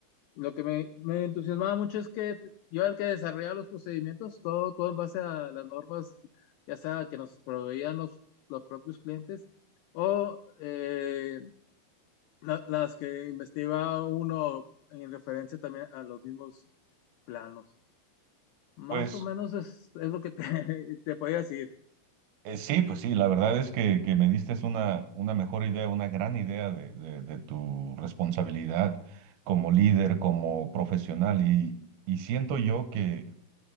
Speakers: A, on the left; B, on the right.
A: lo que me, me entusiasmaba mucho es que yo era el que desarrollaba los procedimientos, todo, todo en base a las normas, ya sea que nos proveían los, los propios clientes, o eh, la- las que investigaba uno en referencia también a los mismos planos. Más
B: pues
A: o menos es, es lo que te, <laughs> te podía decir.
B: Eh, sí, pues sí, la verdad es que, que me diste una, una mejor idea, una gran idea de, de- de tu responsabilidad como líder, como profesional y, y siento yo que